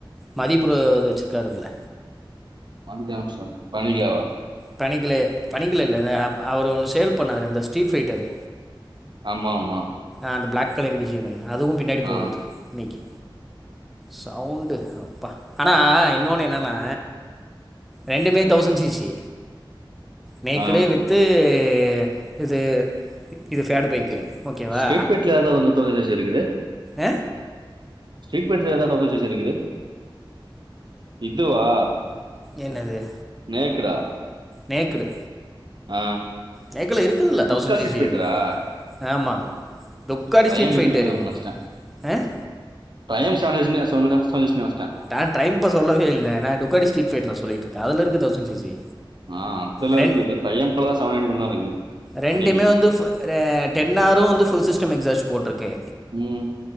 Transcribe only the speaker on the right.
<unintelligible>
ஆமா ஆமா
ஆ
ஆ
ஸ்டேட்மெட்ல அதால <unintelligible> இருக்குதே
ஸ்டேட்மென்ட்ல எதாவது <unintelligible> இருக்குது இதுவா
நேக்குடா
ஆ
துக்கா ஸ்ட்ரீட்
ஃபைட்டரா
ட்ரையாங்கிள்
நினைச்சிட்டேன்
<unintelligible>
ம்.
ஆ அதுல
இருக்குது. ட்ரையம்ஃப்ல தான் மட்டும் தான் இருக்குது.
அன்னைக்கு.
ம்